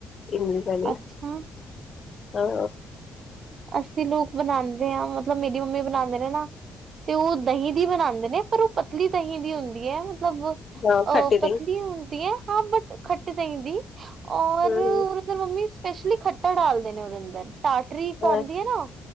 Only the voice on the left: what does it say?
ਇਮਲੀ ਵਾਲੀ,
ਹਾਂ
ਹਾਂ
ਖੱਟੀ
ਦਹੀਂ
ਹੂੰ
ਹੂੰ